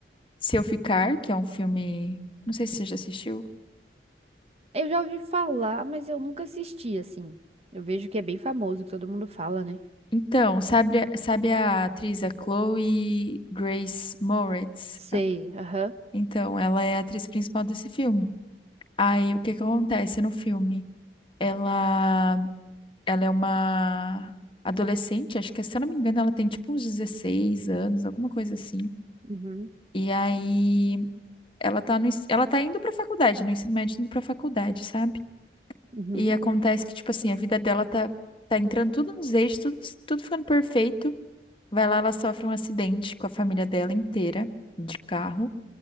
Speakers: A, on the left (about 30°); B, on the right (about 35°).
A: Se Eu Ficar, que é um filme, não sei se você já assistiu.
B: Eu já ouvi falar, mas eu nunca assisti, assim. Eu vejo que é bem famoso, que todo mundo fala, né?
A: Então, sabe, sabe a atriz, a Chloe Grace Moretz?
B: Sei, aham.
A: Então, ela é a atriz principal desse filme. Aí, o que que acontece no filme? Ela, ela é uma adolescente, acho que, se eu não me engano, ela tem tipo uns 16 anos, alguma coisa assim.
B: Uhum,
A: E aí, ela tá no, ens- ela tá indo pra faculdade, no ensino médio, indo pra faculdade, sabe?
B: uhum.
A: E acontece que, tipo assim, a vida dela tá, tá entrando tudo nos eixos, tudo, tudo ficando perfeito. Vai lá, ela sofre um acidente com a família dela inteira, de carro.